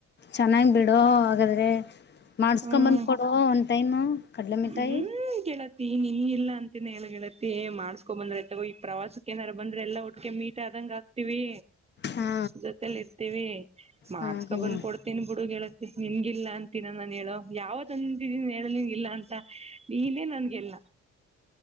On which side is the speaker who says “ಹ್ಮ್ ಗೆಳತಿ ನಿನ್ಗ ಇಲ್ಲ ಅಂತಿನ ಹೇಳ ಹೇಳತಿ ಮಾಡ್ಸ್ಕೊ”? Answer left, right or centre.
Right